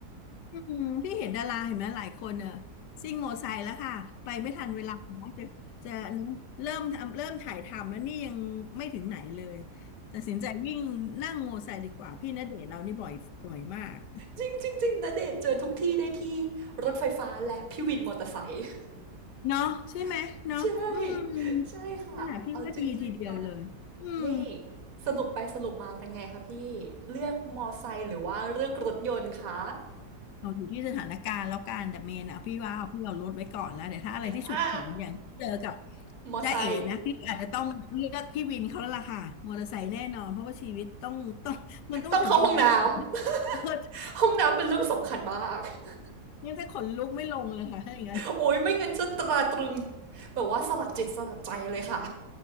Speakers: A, on the left; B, on the right.
A: อืมพี่เห็นดาราเห็นไหมหลายคนเนอะซิ่งโมอไซค์แล้วค่ะไปไม่ทันเวลานะจะจะอันนั้นเริ่มทำเริ่มถ่ายทำแล้วนี่ยังไม่ถึงไหนเลยตัดสินใจวิ่งนั่งโมอไซค์ดีกว่าพี่ณเดชน์เรานี่บ่อยบ่อยมาก
B: จริงจริงจริงนะเดชน์เจอทุกที่ได้ที่รถไฟฟ้าและพี่วินมอเตอร์ไซค์
A: เนาะใช่ไหมเนาะอืม
B: <laughs> ใช่ใช่ค่ะเอาจริงๆนะ
A: นั่นแหละพี่ว่าดีทีเดียวเลยอืม
B: นี่สรุปไปสรุปมาเป็นไงคะพี่เลือกมอไซค์หรือว่าเลือกรถยนต์คะ
A: เราอยู่ที่สถานการณ์แล้วกันแต่เมนอ่ะพี่ว่าพี่เอารถไว้ก่อนแล้วเดี๋ยวถ้าอะไรที่ฉุกเฉินอย่างที่เจอกับ
B: <laughs> อ่ามอไซค์
A: จ้าเอ๋นะพี่อาจจะต้องเลือกพี่วินเขาแล้วล่ะค่ะมอเตอร์ไซค์แน่นอนเพราะว่าชีวิตต้องต้องมันต้องถึงตรงนั้นก่อน
B: ต้องเข้าห้องน้
A: <laughs> เพอ
B: ำ <laughs> ห้องน้ำเป็นเรื่องสำคัญมาก <laughs>
A: ยังจะขนลุกไม่ลงเลยค่ะถ้าอย่างนั้น
B: โอ้ยไม่งั้นจะตราตรึงแบบว่าสลักจิตสลักใจเลยค่ะ